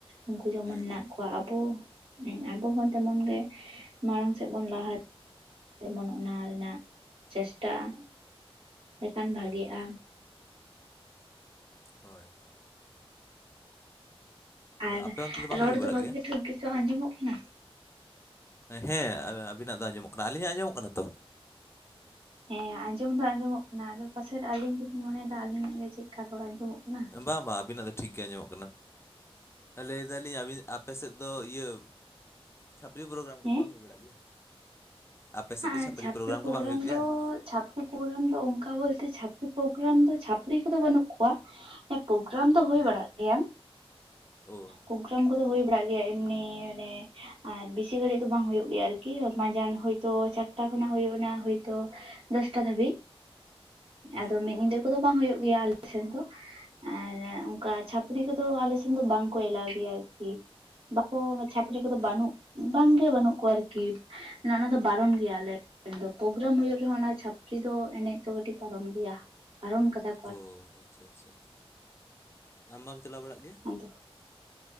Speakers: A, on the right; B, on the left.
A: ᱩᱱᱠᱩ ᱡᱮᱢᱚᱱ
B: ᱦᱮᱸ ᱦᱮᱸ
A: ᱱᱟᱜ ᱠᱚᱣᱟ ᱟᱵᱚ ᱦᱩᱸ ᱟᱵᱚ ᱦᱚᱸ ᱛᱮᱢᱚᱱ ᱜᱮ ᱢᱟᱲᱟᱝ ᱥᱮᱫ ᱵᱚᱱ ᱞᱟᱦᱟ ᱡᱮᱢᱚᱱ ᱚᱱᱟ ᱨᱮᱱᱟᱜ ᱪᱮᱥᱴᱟᱜᱼᱟ ᱞᱮᱠᱷᱟᱱ
B: ᱦᱩᱸ
A: ᱵᱷᱟᱜᱤᱜᱼᱟ
B: ᱦᱳᱭ ᱦᱳᱭ
A: ᱟᱨ
B: ᱟᱯᱮ ᱚᱱᱛᱮ ᱵᱟᱝ
A: ᱨᱚᱲ
B: ᱦᱩᱭ ᱵᱟᱲᱟᱜ
A: ᱫᱚ ᱵᱷᱟᱜᱤ
B: ᱜᱮᱭᱟ
A: ᱴᱷᱤᱠ ᱜᱮᱪᱚ ᱟᱡᱚᱢᱚᱜ ᱠᱟᱱᱟ
B: ᱦᱮ ᱟᱨ ᱟᱵᱤᱱᱟᱜ ᱫᱚ ᱟᱸᱡᱚᱢᱚᱜ ᱠᱟᱱᱟ ᱟᱹᱞᱤᱧᱟᱜ ᱟᱸᱡᱚᱢᱚᱜ ᱠᱟᱱᱟ ᱛᱚ
A: ᱦᱮ ᱟᱸᱡᱚᱢ ᱫᱚ ᱟᱸᱡᱚᱢᱚᱜ ᱠᱟᱱᱟ ᱟᱫᱚ ᱯᱟᱥᱮᱫ ᱟᱞᱤᱧ ᱜᱮᱞᱤᱧ ᱢᱚᱱᱮᱫᱟ ᱟᱞᱤᱧᱟᱜ ᱜᱮ ᱪᱮᱫᱠᱟ ᱨᱚᱲ ᱟᱸᱡᱚᱢᱚᱜ ᱠᱟᱱᱟ
B: ᱵᱟ ᱵᱟ ᱟᱵᱤᱱᱟ ᱴᱷᱤᱠ ᱜᱮ ᱟᱡᱚᱢᱚᱜ ᱠᱟᱱᱟ ᱞᱟᱹᱭ ᱫᱟᱞᱤᱧ ᱟᱵᱤᱱ ᱟᱯᱮ ᱥᱮᱫ ᱫᱚ ᱤᱭᱟᱹ ᱪᱷᱟᱯᱨᱤ ᱯᱨᱳᱜᱨᱟᱢ ᱠᱚᱫᱚ
A: ᱦᱮᱸ
B: ᱵᱟᱝ ᱦᱩᱭ ᱵᱟᱲᱟᱜ ᱜᱮᱭᱟ ᱟᱯᱮ ᱥᱮᱫ
A: ᱟᱨ
B: ᱫᱚ ᱪᱷᱟᱹᱯᱨᱤ
A: ᱪᱷᱟᱯᱨᱤ
B: ᱯᱨᱳᱜᱨᱟᱢ
A: ᱯᱨᱳᱜᱽᱨᱟᱢ
B: ᱠᱚ ᱵᱟᱝ ᱦᱩᱭᱩᱜ ᱜᱮᱭᱟ?
A: ᱫᱚ ᱪᱷᱟᱯ ᱯᱳᱜᱽᱨᱟᱢ ᱫᱚ ᱚᱝᱠᱟ ᱵᱚᱞᱛᱮ ᱪᱷᱟᱯᱨᱤ ᱯᱨᱳᱜᱨᱟᱢ ᱫᱚ ᱪᱷᱟᱹᱯᱨᱤ ᱠᱚᱫᱚ ᱵᱟᱹᱱᱩᱜ ᱠᱚᱣᱟ ᱯᱨᱳᱽᱨᱟᱢ ᱫᱚ ᱦᱳᱭ
B: ᱦᱮᱸ
A: ᱵᱟᱲᱟᱜ ᱜᱮᱭᱟ
B: ᱚ
A: ᱯᱳᱜᱽᱨᱟᱢ ᱠᱚᱫᱚ ᱦᱩᱭ ᱵᱟᱲᱟᱜ ᱜᱮᱭᱟ ᱮᱢᱱᱤ ᱚᱱᱮ ᱟᱨ ᱵᱮᱥᱤ ᱜᱷᱟᱹᱲᱤᱡ ᱫᱚ ᱵᱟᱝ ᱦᱩᱭᱩᱜ ᱜᱮᱭᱟ ᱟᱨᱠᱤ ᱢᱟᱡᱟᱱ ᱦᱳᱭ ᱛᱚ ᱪᱟᱨᱴᱟ ᱠᱷᱚᱱᱟᱜ ᱦᱩᱭᱩᱜ ᱱᱟᱜ ᱦᱳᱭᱛᱳ ᱫᱚᱥᱴᱟ ᱫᱷᱟᱹᱵᱤᱡ
B: ᱦᱩᱸ
A: ᱟᱫᱚ ᱢᱤᱫ ᱧᱤᱫᱟᱹ ᱠᱚᱫᱚ ᱵᱟᱝ ᱦᱩᱭᱩᱜ ᱜᱮᱭᱟ ᱟᱞᱮ ᱥᱮᱱ ᱫᱚ ᱟᱨ ᱚᱝᱠᱟ ᱪᱷᱟᱹᱯᱨᱤ ᱠᱚᱫᱚ ᱟᱞᱮ ᱥᱮᱱ ᱫᱚ ᱵᱟᱝᱠᱚ ᱮᱞᱟᱣ ᱜᱮᱭᱟ ᱟᱨᱠᱤ ᱵᱟᱠᱚ ᱪᱷᱟᱯᱨᱤ ᱠᱚᱫᱚ ᱵᱟᱹᱱᱩᱜ
B: ᱟᱡ
A: ᱵᱟᱝᱜᱮ ᱵᱟᱹᱱᱩᱜ ᱠᱚᱣᱟ ᱟᱨᱠᱤ ᱚᱱᱟ ᱫᱚ ᱵᱟᱨᱚᱱ ᱜᱮᱭᱟ ᱟᱞᱮ ᱥᱮᱱ ᱫᱚ ᱯᱨᱳᱽᱨᱟᱢ ᱦᱩᱭᱩᱜ ᱨᱮᱦᱚ ᱚᱱᱟ ᱪᱷᱟᱹᱯᱨᱤ ᱫᱚ ᱮᱱᱮᱡ ᱫᱚ ᱠᱟᱹᱴᱤᱡ ᱵᱟᱨᱚᱱ ᱜᱮᱭᱟ ᱵᱟᱨᱚᱱ ᱠᱟᱛᱟ
B: ᱚ ᱟᱪᱪᱷᱟ ᱟᱪᱪᱷᱟ ᱟᱢ ᱵᱟᱢ ᱪᱟᱞᱟᱣ ᱵᱟᱲᱟᱜ ᱜᱮᱭᱟ
A: ᱟᱫᱚ